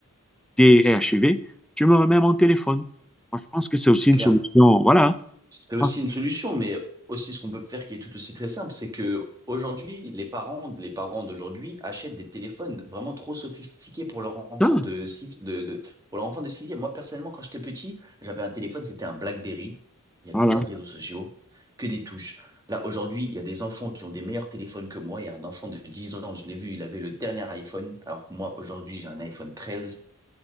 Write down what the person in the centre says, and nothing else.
est est achevé, tu me remets mon téléphone. Moi, je pense que c'est aussi
une solution. Voilà.
Ah,
putain,
voilà,